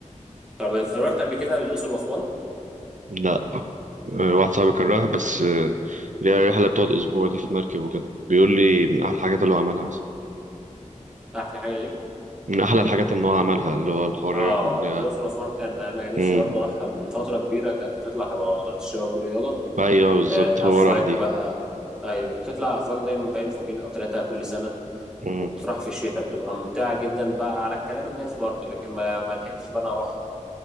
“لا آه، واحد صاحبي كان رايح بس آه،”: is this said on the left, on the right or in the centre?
Right